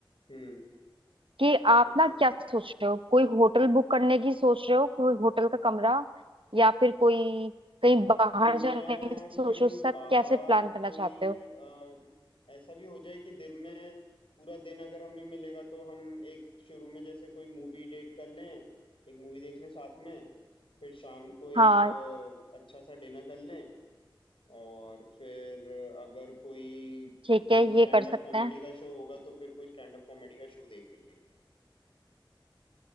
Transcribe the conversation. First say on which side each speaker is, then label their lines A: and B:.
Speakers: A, on the left (about 80°); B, on the right (about 75°).
A: हम्म
B: कि आप
A: पूछो
B: ना क्या सोच रहे हो कोई होटल बुक करने की सोच रहे हो कोई होटल का कमरा या फिर कोई कहीं बाहर
A: मैं
B: जाने की सोच
A: कहीं
B: रहे हो सब
A: बाहर
B: कैसे प्लान करना
A: कोई
B: चाहते हो
A: अ, ऐसा भी हो जाए कि दिन में पूरा दिन अगर हमें मिलेगा तो हम एक शुरू में जैसे कोई मूवी डेट कर लें एक मूवी देख लें साथ में फिर शाम को एक
B: हाँ
A: अ, अच्छा सा डिनर कर लें और फिर अगर कोई
B: ठीक
A: कोई
B: है
A: स्टैंड
B: ये कर सकते
A: अप कॉमेडी
B: हैं
A: का शो होगा तो फिर कोई स्टैंड अप कॉमेडी का शो देख लेंगे